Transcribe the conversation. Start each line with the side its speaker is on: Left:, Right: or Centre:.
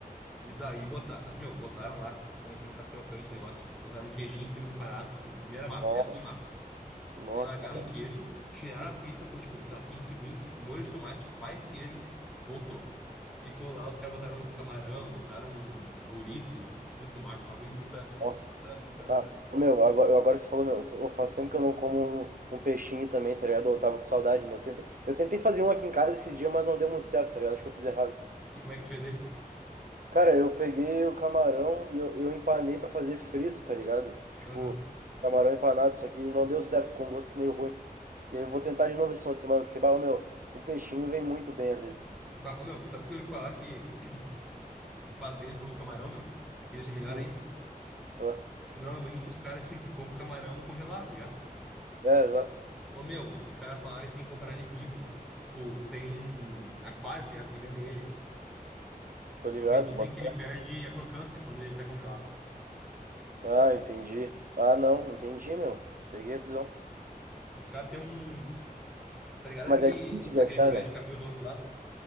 Centre: E daí botaram, só que, meu, botaram lá, começou a ficar crocante o negócio, botaram um queijinho em cima separado, assim, primeira massa,
Right: Nossa,
Centre: é só massa.
Right: nossa
Centre: Daí largaram
Right: senhora.
Centre: um queijo, tiraram a pizza por, tipo, sei lá, 15 segundos, molho de tomate, mais queijo, voltou. Ficou lá, os caras botaram os camarão, botaram ouriço, meu, de frutos do mar, bagulho insano.
Right: Nossa,
Centre: Insano, insano,
Right: tá.
Centre: insano.
Right: Ô, Meu, agora, agora que você falou, meu, eu- faz tempo que eu não como um, um peixinho também, tá ligado? Eu tava com saudade, meu. Eu tentei, eu tentei fazer um aqui em casa esse dia, mas não deu muito certo, tá ligado? Acho que eu fiz errado.
Centre: Que, como é que tu fez ele?
Right: Cara, eu peguei o camarão e eu, eu empanei pra fazer frito, tá ligado? Tipo,
Centre: Aham.
Right: camarão empanado, só que não deu certo, ficou um gosto meio ruim. E eu vou tentar de novo esse final de semana, porque, bah, ô, meu, o peixinho vem muito bem às vezes.
Centre: Bah, ô, meu, sabe o que eu ouvi falar que, que faz bem pro camarão, meu? Que deixa melhor
Right: Hum,
Centre: ainda?
Right: ah,
Centre: Normalmente os caras, tipo assim, tu compra o camarão congelado, tá ligado?
Right: é, exato.
Centre: Ô, meu, os caras falaram que tem que comprar ele vivo, meu. Tipo, tem aquários, tá ligado, que vendem ele.
Right: Tô ligado,
Centre: Porque dizem
Right: bota
Centre: que
Right: fé.
Centre: ele perde a crocância quando ele tá congelado.
Right: Ah, entendi. Ah, não, entendi, meu. Peguei a visão.
Centre: Os caras têm um. Tá ligado
Right: Mas
Centre: aquele,
Right: é difícil de
Centre: aquele
Right: achar,
Centre: prédio
Right: né?
Centre: que abriu novo do lado?